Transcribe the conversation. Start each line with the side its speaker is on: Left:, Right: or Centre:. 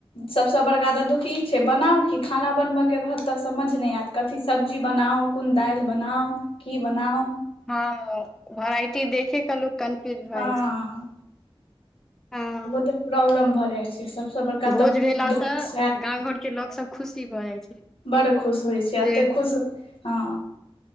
Left: सभसँ बड़का तऽ दुखी छै बनाउ कि खाना बनबयके रहत तऽ समझ नहि आयत कथी सब्जी बनाउ कोन दालि बनाउ। कि बनाउ
Centre: ह भराइटी देखे के लोग कन्फ्यूज भए
Left: हँ
Centre: जाइ छै हँ
Left: बहुते प्रॉब्लम भऽ जाई छै सभ सभ बड़का
Centre: भोज
Left: तऽ
Centre: भेलासँ
Left: दुख
Centre: गाँव घरके लोक सब खुशी भऽ जाइ छै
Left: ब खुश होई छै
Centre: जे
Left: एते खुश हँ